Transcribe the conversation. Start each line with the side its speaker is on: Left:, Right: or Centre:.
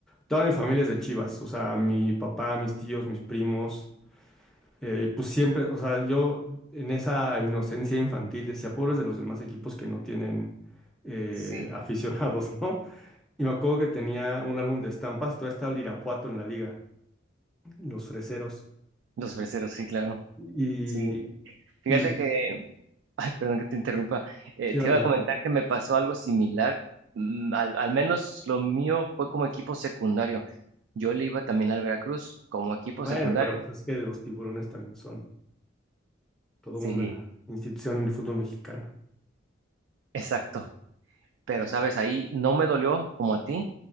Centre: Toda mi familia es de Chivas, o sea, mi papá, mis tíos, mis primos, eh, y pues siempre, o sea, yo en esa inocencia infantil decía, pobres de los demás equipos que no tienen eh,
Right: Sí,
Centre: aficionados, <laughs> ¿no? Y me acuerdo que tenía un álbum de estampas, todavía estaba el Irapuato en la liga, los freseros.
Right: Los freseros, sí, claro.
Centre: Y,
Right: Sí. Fíjate
Centre: y
Right: que, <laughs> ay, perdón que te interrumpa. Eh,
Centre: sí,
Right: te
Centre: dale,
Right: iba
Centre: dale.
Right: a comentar que me pasó algo similar. Mm, Al, al menos lo mío fue como equipo secundario. Yo le iba también al Veracruz como equipo
Centre: Bueno,
Right: secundario.
Centre: pero pues es que los tiburones también son. toda
Right: Sí,
Centre: una institución en el fútbol mexicano.
Right: exacto. pero sabes, ahí no me dolió como a ti,